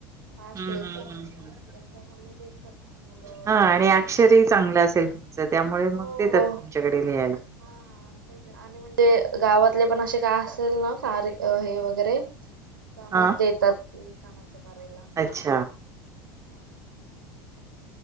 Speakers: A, on the right; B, on the right.
A: फास्ट
B: हम्म
A: लहिते
B: हम्म
A: मी,
B: हम्म
A: मग
B: हम्म.
A: त्याच्यामुले देतात मुलं वगैरे
B: हा आणि अक्षर ही चांगलं असेल चल त्यामुळे ते
A: हो.
B: मग देतात तुमच्याकडे लिहायला
A: हा तेच आणि म्हणजे गावातले पण असे काय असेलना कार्य हे वगैरे काम
B: हा
A: देतात लिखाणाच करायला
B: अच्छा
A: हा